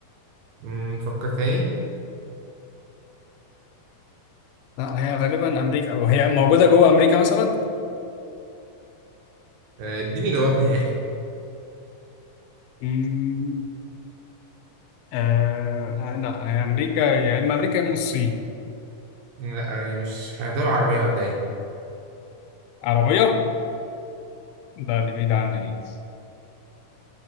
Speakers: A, on the right (about 75°); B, on the left (about 85°).
A: مم... فكر تاني
B: لا هي غالبا أمريكا أو هي موجودة جوه أمريكا مثلا؟
A: آه، اديني جواب نهائي
B: مم، آه لا هي أمريكا يا إما أمريكا يا إما الصين
A: لا يعني مش هي دولة عربية مبدئيا
B: عربية؟ لا دي بعيدة عنا دي